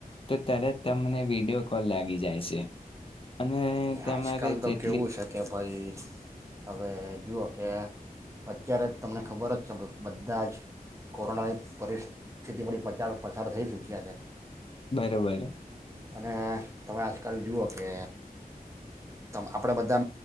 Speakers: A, on the left; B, on the right.
A: તો તરત તમને વિડીયો કોલ લાગી જાય સે અને
B: આજકાલ
A: તમારે
B: તો
A: જેટલી
B: કેવુ છે કે ભાઈ હવે જુઓ કે અત્યારે તમને ખબર જ છે બધા જ કોરોનાની પરિસ્થિતિમાંથી પચાર પસાર થઈ ચૂક્યા છે
A: બરોબર
B: અને તમે આજકાલ જુઓ કે તો આપણે બધા